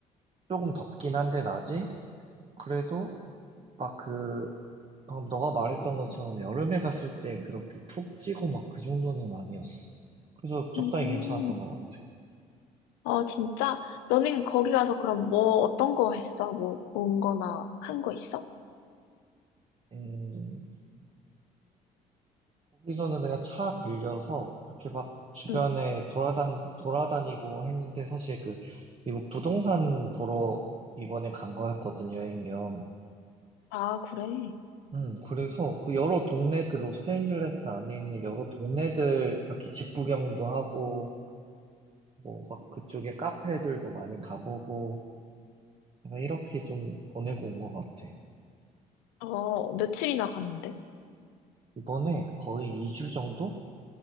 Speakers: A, on the right; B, on the left.
A: 조금 덥긴 한데, 낮이? 그래도 막 그, 방금 너가 말했던 것처럼 여름에 갔을 때 그렇게 푹 찌고 막 그 정도는 아니었어. 그래서 적당히
B: 음,
A: 괜찮았던 것 같아.
B: 어, 진짜? 너는 거기 가서 그럼 뭐, 어떤 거 했어? 뭐, 본 거나 한 거 있어?
A: 음, 거기서는 그냥 차 빌려서 이렇게 막 주변에
B: 응.
A: 돌아단, 돌아다니고 했는데 사실 그 미국 부동산 보러 이번에 간 거였거든, 여행 겸.
B: 아, 그래.
A: 음, 그래서 그 여러 동네, 그 로스앤젤레스 안에 있는 여러 동네들 이렇게 집 구경도 하고, 뭐 막 그쪽에 카페들도 많이 가보고, 내가 이렇게 좀 보내고 온 것 같아.
B: 어, 며칠이나 갔는데?
A: 이번에 거의 2주 정도?